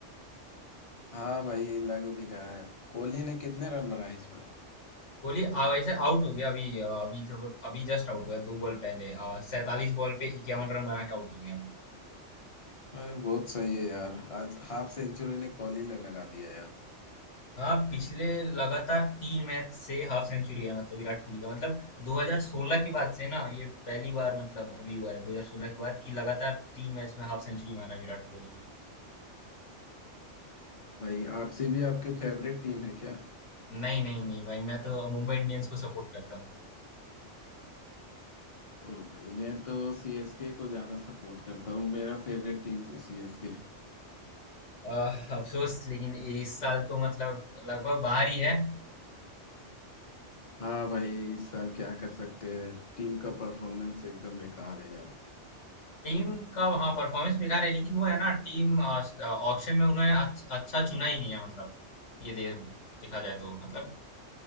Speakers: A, on the left; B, on the left.
A: हाँ भाई लग भी रहा है कोहली ने कितने रन बनाए इस बार
B: कोहली आ वैसे आउट हो गया अभी अ, अभी जब अभी जस्ट आउट हुआ दो बॉल पहले सैतालीस बॉल पे इक्यावन रन बना के आउट हो गया
A: अरे, बहुत सही है यार आज हाफ सेंचुरी ने कोहली ने लगा दिया यार
B: हाँ पिछले लगातार तीन मैच से हाफ सेंचुरी है मतलब विराट कोहली का मतलब 2016 के बाद से ना ये पहली बार मतलब अभी हुआ है 2016 के बाद कि लगातार तीन मैच में हाफ सेंचुरी मारा है विराट कोहली ने
A: भाई आरसीबी आपके फेवरेट टीम है क्या
B: नहीं नहीं नहीं भाई मैं तो मुंबई इंडियंस को सपोर्ट करता हूँ
A: ओ भाई मैं तो सीएसके को ज्यादा सपोर्ट करता हूँ मेरा फेवरेट टीम है सीएसके
B: अ, अफसोस लेकिन इस साल तो मतलब लगभग बाहर ही है
A: हाँ भाई इस साल क्या कर सकते हैं टीम का परफॉर्मेंस एकदम बेकार है यार
B: टीम का हाँ परफॉर्मेंस बेकार है लेकिन वो है ना टीम ऑक्शन में उन्होंने अच्छ- अच्छा चुना ही नहीं है मतलब ये दे, देखा जाए तो मतलब